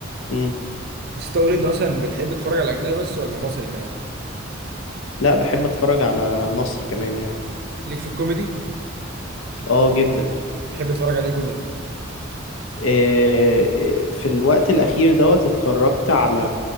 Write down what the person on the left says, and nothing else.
مم.
لا بحب أتفرج على مصري كمان يعني
اه جدا
إيه، إيه، في الوقت الأخير دوت اتفرجت على